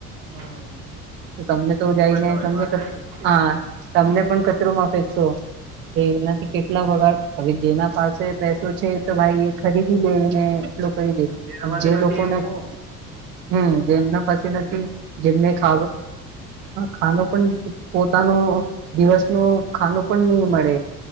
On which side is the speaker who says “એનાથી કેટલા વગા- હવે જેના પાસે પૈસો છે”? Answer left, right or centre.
Right